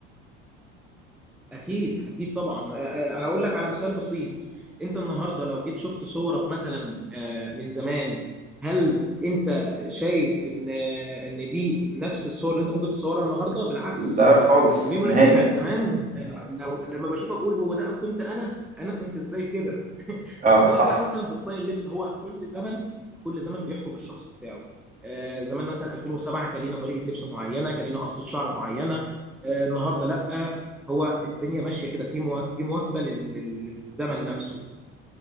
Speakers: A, in the centre; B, on the right (about 20°).
A: اكيد اكيد طبعا أ- أ- هقول لك على مثال بسيط انت النهارده لو جيت شفت صورك مثلا آه، من زمان هل انت شايف ان آه، ان دي نفس الصور اللي انت ممكن تصورها النهارده بالعكس
B: لا خالص
A: الميموريز
B: نهائي
A: بتاعت زمان آه، لو لما بشوفها بقول هو ده كنت انا انا كنت ازاي كده
B: أه
A: سواء
B: صح
A: بقى مثلا في ستايل اللبس هو كل زمن كل زمن بيحكم الشخص بتاعه آه زمان مثلا 2007 كان لينا طريقه لبس معينه كان لينا قصه شعر معينه آه النهارده لا هو الدنيا ماشيه كده في موا- في مواكبه لل- لل- للزمن نفسه